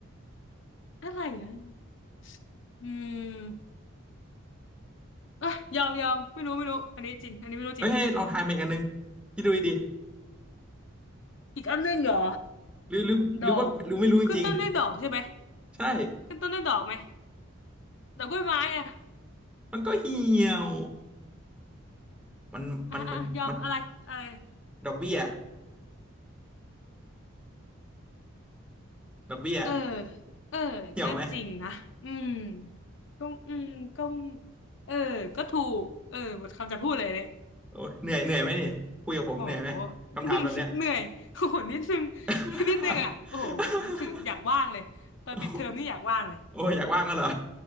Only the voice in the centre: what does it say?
เฮ้ยเฮ้ยลองทายมาอีกอันนึงคิดดูดี
ๆหรือหรือหรือว่าหรือไม่รู้จริง
ๆใช่
มันก็เหี่ยว มันมันมันมัน
ดอกเบี้ยดอกเบี้ย
เหี่ยวไหม
โอ้ยเหนื่อยเหนื่อยไหมนี่คุยกับผมเหนื่อยไหมคำถามแบบเนี้ย
<laughs>
โอ้โอ้ยอยากว่างก็เหรอ